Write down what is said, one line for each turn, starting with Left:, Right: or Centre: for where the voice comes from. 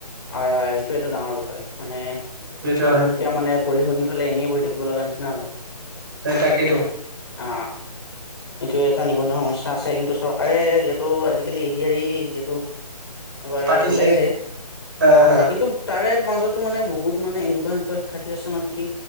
Left: হয় হয় এইটো এইটো ডাঙৰ বিষয় মানে
Right: সেইটো
Left: আমি
Right: হয়
Left: এতিয়া মানে পঢ় শুনি পেলে এনেই বহ থাকিব লগা নিচিনা হয়
Right: তাকেইতো
Left: ন অ এইটোয়ে এটা নিবনুৱা সমস্যা আছে কিন্তু চৰকাৰে যিহেতু আজিকালি এডিৰি যিহেতু এবাৰ
Right: পাতিছে
Left: ওলাইছে
Right: আহ
Left: পাতিছে
Right: হা
Left: কিন্তু তাৰে মাজত মানে বহুত মানে এনেকুৱা এনেকুৱা শিক্ষ্থ আছে মানে কি